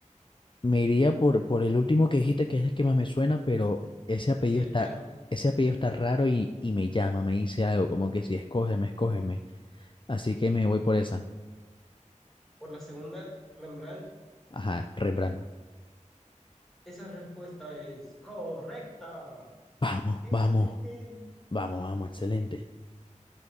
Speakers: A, on the left (about 40°); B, in the centre.
A: Me iría por, por el último que dijiste, que es el que más me suena, pero ese apellido
B: Miguel
A: está,
B: Ángel.
A: ese apellido está raro y, y me llama, me dice algo, como que si escógeme, escógeme. Así que me voy por esa.
B: Por la segunda, Rembrandt.
A: Ajá, Rembrandt.
B: Esa respuesta es correcta.
A: Vamos,
B: Tin,
A: vamos,
B: tin, tin, tin.
A: vamos, vamos, excelente.